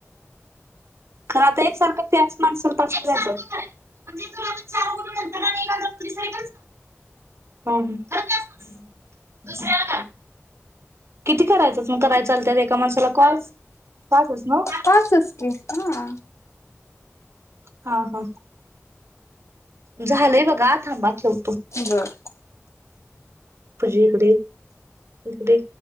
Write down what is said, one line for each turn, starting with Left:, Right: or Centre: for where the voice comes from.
Right: खरं आता एक सारखंच त्याचं माणसाला पाच <unintelligible> म्हणजे तो माणूस चार <unintelligible> नंतरन आणि एक <unintelligible> बोललीस तरी पण चाल हा <unintelligible> किती करायचत मग कराय चालत्यात एका माणसाला कॉल? पाचच नव्ह
Left: पाचच की हा
Right: हा ह झालंय बघा थांबा की
Left: बर
Right: पुझे इकडे तडे